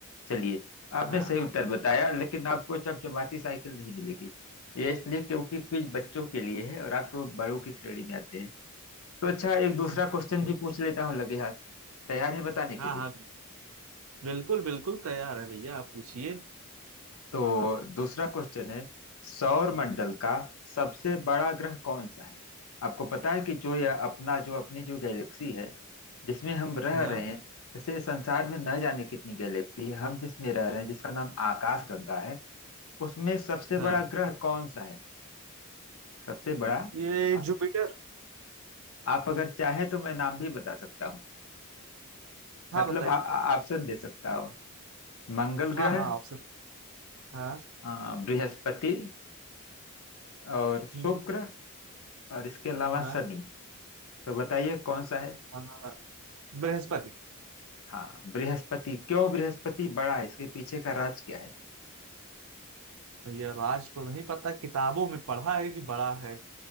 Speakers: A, on the left (about 70°); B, on the right (about 65°).
A: चलिए आपने
B: हाँ
A: सही उत्तर बताया लेकिन आपको चमचमाती साइकिल नहीं मिलेगी ये इसलिए क्योंकि क्विज बच्चों के लिए है और आप तो बड़ों की श्रेणी में आते हैं तो अच्छा एक दूसरा क्वेश्चन भी पूछ लेता हूँ लगे हाथ तैयार है बताने के
B: हाँ
A: लिए
B: हाँ बिल्कुल बिल्कुल तैयार है भैया आप पूछिए
A: तो दूसरा क्वेश्चन है सौर मंडल का सबसे बड़ा ग्रह कौन सा है आपको पता है कि जो यह अपना जो अपनी जो गैलेक्सी है जिसमें हम रह
B: हाँ
A: रहे हैं वैसे संसार में न जाने कितनी गैलेक्सी है हम जिसमें रह रहे हैं जिसका नाम आकाश गंगा है उसमें सबसे
B: हाँ
A: बड़ा ग्रह कौन सा है सबसे बड़ा
B: ये
A: आ-
B: जुपिटर
A: आप अगर चाहे तो मैं नाम भी बता सकता हूँ
B: हाँ
A: मतलब
B: बताइए
A: आ- आ- ऑप्शन दे सकता हूँ मंगल
B: हाँ
A: ग्रह
B: हाँ ऑप्शन हाँ
A: अ, बृहस्पति और शुक्र
B: हम्म,
A: और इसके अलावा
B: हाँ
A: शनि तो बताइए कौन सा है
B: हाँ बृहस्पति
A: हाँ बृहस्पति क्यों बृहस्पति बड़ा है इसके पीछे का राज क्या है
B: भैया राज तो नहीं पता किताबों में पढ़ा है कि बड़ा है